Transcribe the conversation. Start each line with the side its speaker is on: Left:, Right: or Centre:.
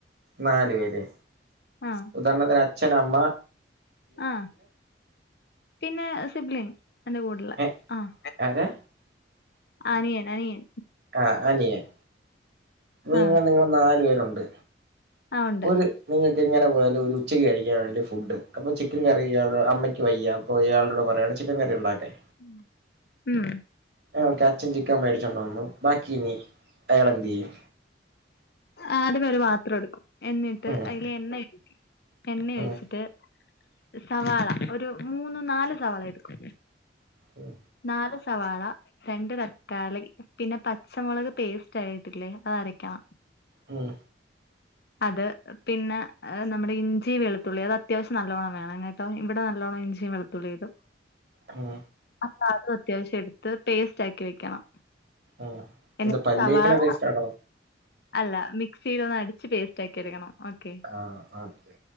Right: നാല് പേര്
Left: ആഹ്
Right: ഉദാരണത്തിന് അച്ഛനമ്മ
Left: ആഹ് പിന്നെ സിബ്ലിങ് എന്റെ കൂടെള്ള
Right: ഏഹ്
Left: ആഹ്
Right: ആരാ
Left: അനിയൻ അനിയൻ
Right: ആഹ് അനിയൻ നിങ്ങൾ
Left: ആഹ്
Right: നിങ്ങൾ നാല് പേരുണ്ട്
Left: ആഹ് ഉണ്ട്
Right: ഒരു നിങ്ങക്ക് എങ്ങനെ പോയാലു ഒരു ഉച്ചയ്ക്ക് കഴിക്കാൻ വേണ്ടി ഫുഡ് അപ്പൊ ചിക്കൻ കറി ഇയാളുടെ അമ്മയ്ക്ക് വയ്യാ അപ്പോ ഇയാളൊടുടെ പറയാണ് ചിക്കൻ കറി ഉണ്ടാക്കാൻ
Left: ഉം ഉം
Right: ഒക്കെ അച്ഛൻ ചിക്കൻ മേടിച്ചോണ്ടോന്നു ബാക്കി ഇനി അയാൾ എന്തെയ്യും
Left: ആദ്യമേ ഒരു പാത്രട്ക്കും എന്നിട്ട്
Right: ഉം
Left: അയില് എണ്ണ എണ്ണ
Right: ഉം
Left: ഒഴിച്ചിട്ട് സവാള ഒരു മൂന്ന് നാല് സവാള എട്ക്കും
Right: ഉം
Left: നാല് സവാള രണ്ട് തക്കാളി പിന്നെ പച്ചമൊളക് പേസ്റ്റ് ആയിട്ടില്ലേ അത് അരക്കണം
Right: ഉം
Left: അത് പിന്നെ നമ്മടെ ഇഞ്ചി വെള്ത്തുള്ളി അത് അത്യാവശ്യം നല്ലോണ്ണം വേണം കേ ട്ടോ ഇവടെ നല്ലോണം ഇഞ്ചിയും വെളുത്തുള്ളിയിടും
Right: ഉം
Left: അപ്പൊ അതും അത്യാവശ്യം എട്ത്ത് പേസ്റ്റാക്കി വെക്കണം
Right: ഉം
Left: എന്നിട്ട്
Right: ഇത് പല്ലേക്ക്ണ
Left: സവാള
Right: പേസ്റ്റാണോ
Left: അല്ല മിക്സിലൊന്ന് അടിച്ച് പേസ്റ്റാക്കി എട്ക്കണം ഓക്കെ
Right: ആഹ് ഓക്കെ